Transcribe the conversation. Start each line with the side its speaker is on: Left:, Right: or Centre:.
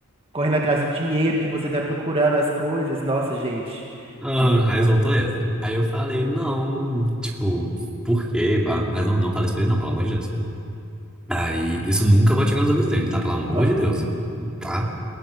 Right: correndo atrás do dinheiro, que você tá procurando as coisas. Nossa, gente.
Centre: Aham,
Right: Que horror,
Centre: Aí
Right: amigo.
Centre: soltou essa. Aí eu falei, não, tipo, por quê? pá? Mas não, não falei isso pra ele, não, pelo amor de Deus. Aí isso nunca vai chegar nos ouvidos dele, tá? Pelo amor
Right: Ó,
Centre: de Deus, tá?